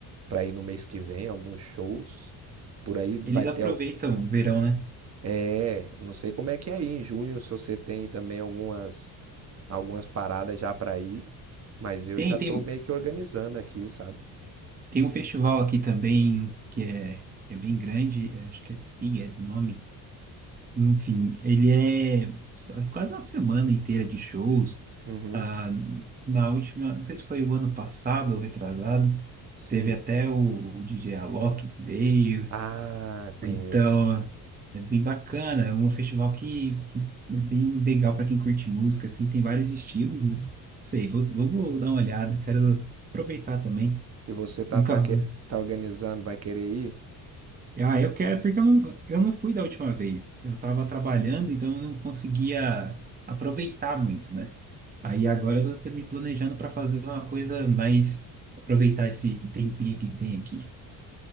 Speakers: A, on the right (about 40°); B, on the right (about 20°).
A: para ir no mês que vem, alguns shows. Por aí vai
B: eles aproveitam
A: ter o-
B: o verão, né?
A: é, não sei como é que é aí em junho, se você tem também algumas algumas paradas já para ir, mas eu
B: Tem,
A: já
B: tem,
A: tô meio que organizando aqui, sabe?
B: Tem um festival aqui também que é, que é bem grande, é, acho que é SIG, é o nome. Enfim, ele é sa- quase uma semana inteira de shows.
A: Uhum.
B: Ah, na última, não sei se foi o ano passado ou retrasado,
A: Sim.
B: teve até o, o DJ Alok que veio.
A: Ah, conheço.
B: Então, é bem bacana. É um festival que, que é bem legal para quem curte música, assim, tem vários estilos. Não Sei, vou, vou vou dar uma olhada, quero aproveitar também.
A: E você tá
B: Nunca.
A: tá, que- tá organizando, vai querer ir?
B: Ah, eu quero, porque eu não, eu não fui da última vez. Eu estava trabalhando, então eu não conseguia aproveitar muito, né? Aí agora eu estou me planejando para fazer uma coisa mais. Aproveitar esse tempinho que tem aqui.